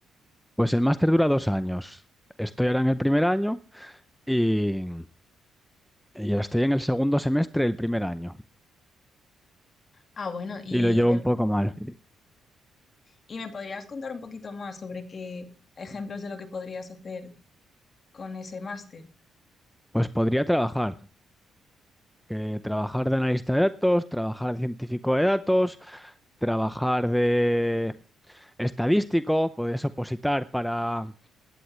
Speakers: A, in the centre; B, on the left.
A: Pues el máster dura dos años. Estoy ahora en el primer año y, y estoy en el segundo semestre del primer año
B: Ah, bueno, y,
A: y lo llevo
B: del-
A: un poco mal.
B: ¿y me podrías contar un poquito más sobre qué ejemplos de lo que podrías hacer con ese máster?
A: Pues podría trabajar, que trabajar de analista de datos, trabajar de científico de datos, trabajar de estadístico, puedes opositar para